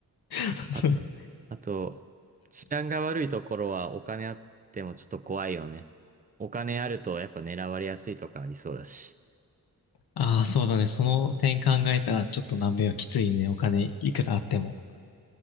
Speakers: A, on the left; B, on the right.
A: <laughs>
B: あ、あと、治安が悪いところはお金あってもちょっと怖いよね。お金あるとやっぱ狙われやすいとかありそうだし。
A: ああ、そうだね。その点考えたら、ちょっと南米はきついね。お金いくらあっても。